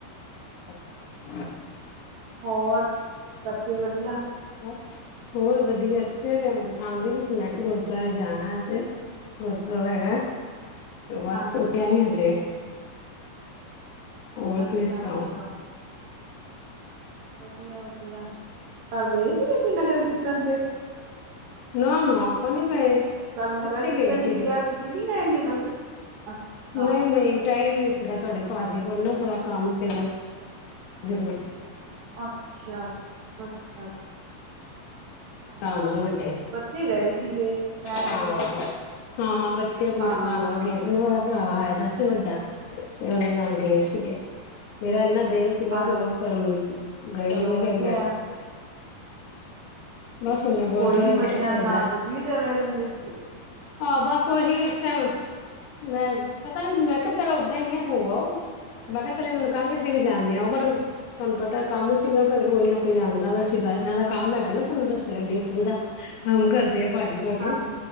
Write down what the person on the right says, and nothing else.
ਹੋਰ, ਬੱਚੇ ਵਧੀਆ?
ਹਾਂ,
ਅੱਛਾ-
ਅੱਛਾ। ਵਧੀਆ -ਵਧੀਆ। ਕੱਲ ਗਏ ਸੀ, ਤੁਸੀਂ ਨਗਰ ਕੀਰਤਨ ਤੇ?
ਕੱਲ ਨਗਰ
-ਕੀਰਤਨ
ਨਿਕਲਿਆ,
ਤੁਸੀਂ ਨੀ ਗਏ ਨਗਰ ਕੀਰਤਨ, ਅੱਛਾ।
ਅੱਛਾ- ਅੱਛਾ, ਅੱਛਾ। ਅੱਛਾ।
ਬੱਚੇ ਗਏ ਸੀਗੇ, ਮੈਂ
ਸੁਣਿਆ,
ਹਾਂ।
ਹਾਂਜੀ
ਚਲੋ
ਵਧੀਆ
ਆ
ਕੋਈ ਨੀ,
ਬੱਚਿਆਂ
ਦੇ ਨਾਲ ਤੁਸੀਂ ਵੀ ਚਲੇ ਜਾਂਦੇ।
ਹਾਂਜੀ